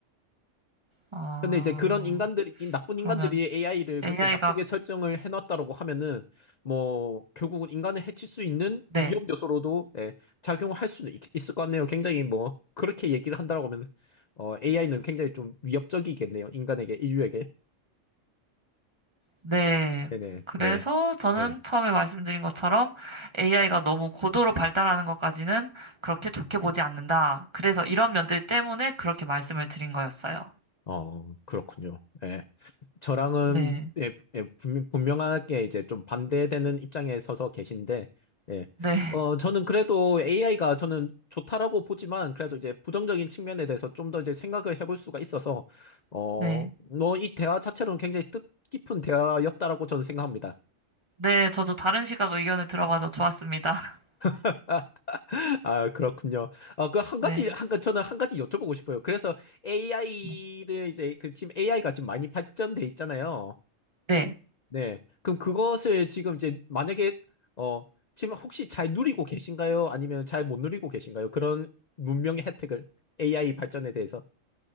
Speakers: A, on the right; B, on the left.
A: 아,
B: 근데 이제 그런 인간들이, 이 나쁜
A: 그러면
B: 인간들이 AI를
A: AI가,
B: 그렇게 나쁘게 설정을 해놨다라고 하면은, 뭐, 결국은 인간을 해칠 수 있는
A: 네,
B: 위험 요소로도, 예, 작용할 수는 있, 있을 것 같네요. 굉장히 뭐, 그렇게 얘기를 한다라고 하면, 어, AI는 굉장히 좀 위협적이겠네요. 인간에게, 인류에게.
A: 네.
B: 네네,
A: 그래서
B: 네.
A: 저는
B: 네.
A: 처음에 말씀드린 것처럼 AI가 너무 고도로 발달하는 것까지는 그렇게 좋게 보지 않는다. 그래서 이런 면들 때문에 그렇게 말씀을 드린 거였어요.
B: 어, 그렇군요. 예. 저랑은
A: 네.
B: 예, 예, 분명- 분명하게 이제 좀 반대되는 입장에 서서 계신데, 예.
A: 네,
B: 어, 저는 그래도 AI가 저는 좋다라고 보지만, 그래도 이제 부정적인 측면에 대해서 좀 더 이제 생각을 해볼 수가 있어서, 어,
A: 네.
B: 뭐, 이 대화 자체로는 굉장히 뜻깊은 대화였다라고 저는 생각합니다.
A: 네, 저도 다른 시각 의견을 들어봐서 좋았습니다. <laughs>
B: <laughs> 아, 그렇군요. 아, 그 한
A: 네.
B: 가지, 한, 가- 저는 한 가지 여쭤보고 싶어요. 그래서 AI를
A: 네.
B: 이제, 그 지금 AI가 지금 많이 발전돼 있잖아요.
A: 네.
B: 네. 그럼 그것을 지금 이제 만약에 어 지금 혹시 잘 누리고 계신가요? 아니면 잘 못 누리고 계신가요? 그런 문명의 혜택을 AI 발전에 대해서.